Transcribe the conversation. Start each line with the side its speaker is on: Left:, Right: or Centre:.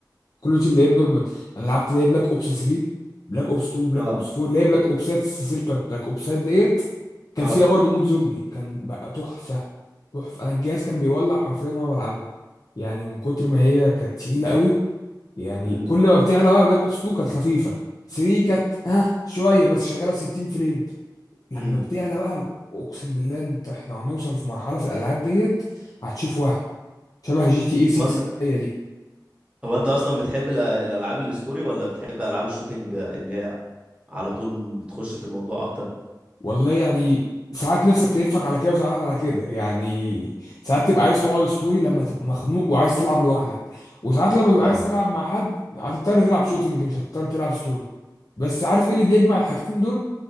Left: كول اوف ديوتي اللي هي نورمال انا لعبت اللي هي بلاك اوبس 3 بلاك اوبس 2 بلاك
Right: اه
Left: اوبس 4 اللي هي بلاك اوبسات السلسله بتاعت بلاك اوبسات ديت كان
Right: اه
Left: فيها برضه مود زومبي كان بقى تحفه تحفه انا الجهاز كان بيولع حرفيا وانا بلعبها يعني من كتر ما هي كانت تقيله قوي يعني
Right: امم
Left: كل ما بتعلى بقى بلاك اوبس 2 كانت خفيفه 3 كانت ها شويه بس شغاله 60 فريم لما
Right: امم
Left: بتعلى بقى اقسم بالله انت احنا هنوصل في مرحله في الالعاب ديت هتشوف وهم شبه جي تي اي 6
Right: هو انت
Left: اللي هي دي
Right: هو انت اصلا بتحب الأ- الالعاب الستوري ولا بتحب العاب الشوتينج اللي هي على طول بتخش في الموضوع اكتر
Left: والله يعني ساعات نفسك تلفك على كده وساعات على كده يعني ساعات تبقى عايز تقعد ستوري لما تبقى مخنوق وعايز تلعب لوحدك وساعات لما تبقى
Right: اه
Left: عايز تلعب مع حد هتضطر تلعب شوتينج مش هتضطر تلعب ستوري بس عارف ايه اللي بيجمع الحاجتين دول